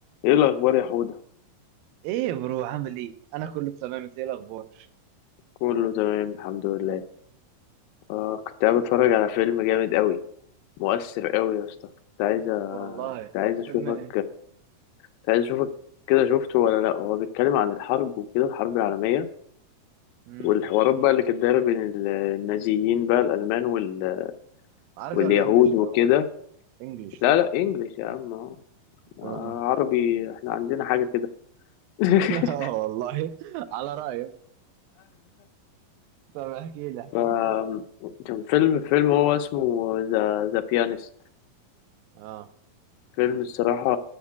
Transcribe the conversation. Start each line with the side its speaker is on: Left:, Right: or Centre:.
Left: ايه الاخبار يا حوده
Right: ايه يا برو عامل ايه انا كله تمام انت ايه الاخبار
Left: كله تمام الحمد لله اه كنت قاعد بتفرج على فيلم جامد قوي مؤثر قوي يا اسطى كنت عايز
Right: والله
Left: كنت عايز اشوفك
Right: فيلم ايه
Left: كنت عايز اشوفك كده شفته ولا لا هو بيتكلم عن الحرب وكده الحرب العالميه
Right: امم
Left: والحوارات بقى اللي كانت دايره بين ال- النازيين بقى الالمان وال...
Right: عربي
Left: واليهود
Right: ولا انجليش الاول
Left: وكده
Right: انجليش
Left: لا
Right: صح
Left: لا انجلش يا عم آه. عربي
Right: اه
Left: احنا عندنا حاجه كده <laughs>
Right: <laughs> اه والله على رايك طب احكي لي احكي
Left: ف
Right: لي
Left: كان فيلم فيلم هو اسمه ذا ذا بيانست
Right: اه
Left: فيلم الصراحة